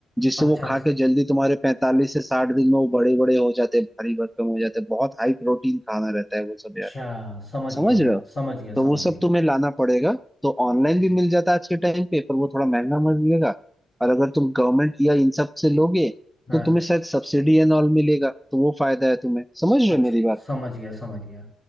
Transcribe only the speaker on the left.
अच्छा
अच्छा
समझ
गया मैं
समझ गया
समझ
गया
हम्म,
हाँ
अच्छा
समझ गया समझ गया